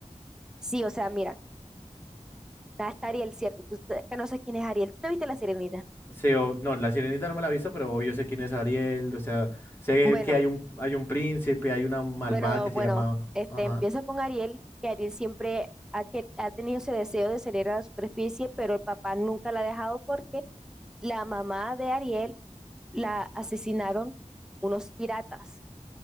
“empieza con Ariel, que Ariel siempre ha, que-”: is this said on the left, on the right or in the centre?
Centre